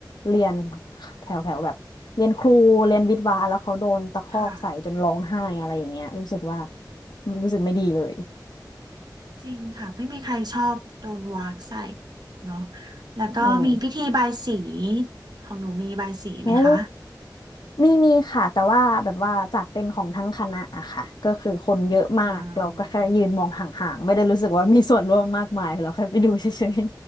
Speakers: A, on the left; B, on the right.
A: เรียนแถวแถวแบบเรียนครูเรียนวิทย์วะแล้วเขาโดนตะคอกใส่จนร้องไห้อะไรอย่างเงี้ยรู้สึกว่า
B: ค่ะ
A: รู้สึกไม่ดีเลย
B: จริงค่ะไม่มีใครชอบโดนวากใส่เนาะแล้วก็มีพิธีบายสี
A: อืม
B: ของหนูมีบายสีไหมคะ
A: โอ้มีมีค่ะแต่ว่าแบบว่าจัดเป็นของทั้งคณะอะค่ะก็คือคนเยอะมากเราก็แค่ยืนมองห่างๆไม่ได้รู้สึกว่ามีส่วนร่วมมากมายเราแค่ไปดูเฉย
B: อ่า